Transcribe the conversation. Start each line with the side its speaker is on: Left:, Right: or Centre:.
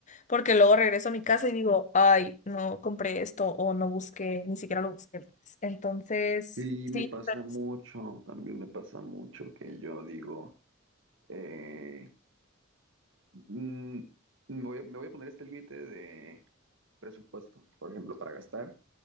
Left: porque luego regreso a mi casa y digo, ay, no compré esto o no busqué, ni siquiera lo busqué. pues. Entonces,
Right: Y me
Left: sí.
Right: pasa
Left: pues,
Right: mucho, también me pasa mucho que yo digo, eh, mm, voy a- me voy a poner este límite de presupuesto, por ejemplo, para gastar,